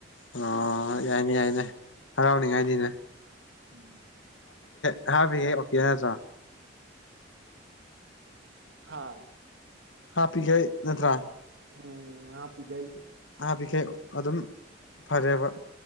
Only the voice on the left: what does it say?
ꯑꯣ ꯌꯥꯏꯅꯦ ꯌꯥꯏꯅꯦ ꯍꯔꯥꯎꯅꯤꯉꯥꯏꯅꯤꯅꯦ
ꯍꯥꯕꯤ <unintelligible> ꯅꯠꯇꯔ‌ꯣ
ꯍꯥꯞꯄꯤꯒꯦ ꯅꯠꯇ꯭ꯔꯥ
ꯍꯥꯞꯄꯤꯈꯩ ꯑꯗꯨꯝ ꯐꯔꯦꯕ